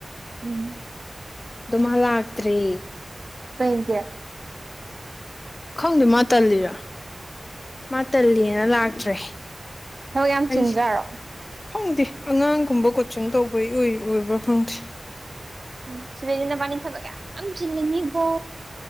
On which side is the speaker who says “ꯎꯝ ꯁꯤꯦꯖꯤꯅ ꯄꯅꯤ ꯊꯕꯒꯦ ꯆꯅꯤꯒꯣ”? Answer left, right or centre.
Right